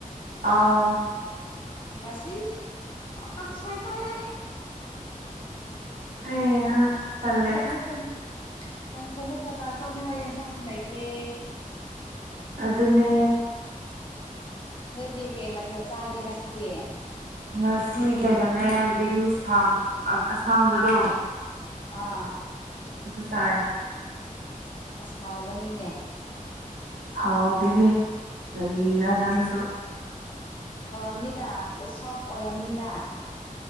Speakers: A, on the right; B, on the left.
A: ꯑꯥꯎ
B: ꯉꯁꯤ ꯀꯪꯁꯣꯏ ꯆꯥꯏꯌꯦ
A: ꯍꯩꯍꯥ ꯇꯜꯂꯦ
B: ꯀꯥꯡꯁꯣꯏ ꯅꯠꯇꯅ ꯀꯥꯡꯁꯣꯏ ꯅꯠꯇꯅ ꯆꯥꯅꯤꯡꯉꯥꯏ ꯌ‌ꯦꯟꯁꯥꯡꯁꯨ ꯂꯩꯇꯦ
A: ꯑꯗꯨꯅꯦ
B: ꯅꯣꯏꯗꯤ ꯀꯩ ꯃꯊꯦꯜ ꯆꯥꯒꯦ ꯉꯁꯤꯗꯤ
A: ꯉꯁꯤ ꯀꯩꯅꯣꯅꯦ ꯕꯤꯟꯁꯥꯡ ꯑꯁꯥꯡꯕꯗꯣ
B: ꯑꯥ
A: ꯑꯗꯨ ꯆꯥꯏ
B: ꯑꯁ ꯍꯥꯎꯒꯅꯤꯅꯦ
A: ꯍꯥꯎꯗꯦꯍ‌ꯦ ꯀꯔꯤꯔꯥ ꯅꯪꯁꯨ
B: ꯍꯧꯔꯝꯅꯤꯗ <unintelligible> ꯁꯐ ꯑꯣꯏꯔꯝꯅꯤꯗ